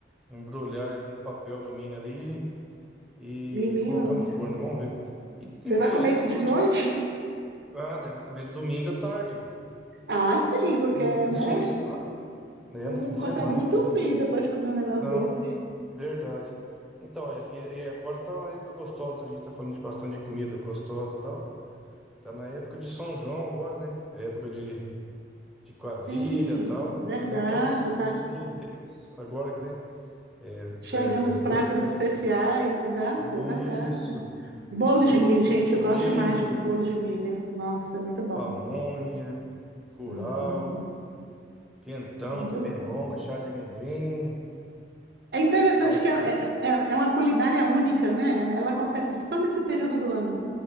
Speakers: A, in the centre; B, on the right.
A: embrulhar ele no papel alumínio ali e
B: Menino,
A: colocar no forno. Vamos ver. E, então,
B: você vai
A: a
B: comer
A: gente
B: isso
A: tá falando
B: de noite?
A: de. Ah, né? Vai comer domingo à tarde.
B: Ah, sim, porque,
A: No fim,
B: né?
A: no fim de semana. É,
B: Não
A: no fim de
B: consegue
A: semana.
B: nem dormir depois de comer um negócio
A: Não,
B: desse.
A: verdade. Então, e, e agora tá uma época gostosa. A gente tá falando de bastante de comida gostosa e tal. Tá na época de São João agora, né? É época de. de quadrilha
B: Sim,
A: e tal.
B: verdade.
A: Tem aquelas com
B: Tá
A: os guloseimas agora que né? É,
B: chegando os
A: é, bolo.
B: pratos especiais, exato,
A: Isso.
B: é verdade. Bolo
A: Bolo,
B: de milho,
A: bolo
B: gente,
A: de
B: eu gosto
A: milho,
B: demais de um bolo de milho. Nossa, é muito bom.
A: pamonha, curau,
B: Uhum,
A: quentão
B: muito
A: também
B: bom.
A: é bom, né? Chá de amendoim.
B: É interessante
A: Aí
B: que é, é, é é uma culinária única, né? Ela acontece só nesse período do ano.